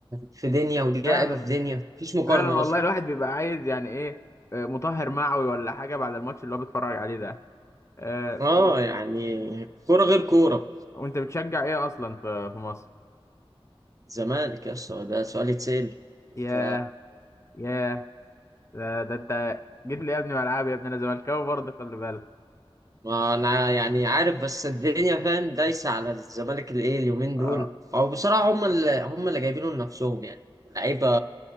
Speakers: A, on the right (about 35°); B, on the left (about 30°).
A: في دنيا ودي
B: فعلا
A: لعيبه في دنيا مفيش مقارنه
B: فعلا والله
A: اصلا
B: الواحد بيبقى عايز يعني ايه آه، مطهر معوي ولا حاجة بعد الماتش اللي هو بيتفرج عليه ده آه، طب
A: اه يعني كوره غير كوره
B: وانت بتشجع ايه اصلا في في مصر
A: زمالك يا اسطى ده سؤال يتسأل
B: ياه
A: ف
B: ياه ده ده انت جيت لي يا ابني ملعب يا ابني انا زملكاوي برضه خلي بالك
A: ما انا يعني عارف بس الدنيا فاهم دايسه على الزمالك الايه اليومين
B: اه
A: دول او بصراحه هم اللي هم اللي جايبينه لنفسهم يعني لعيبه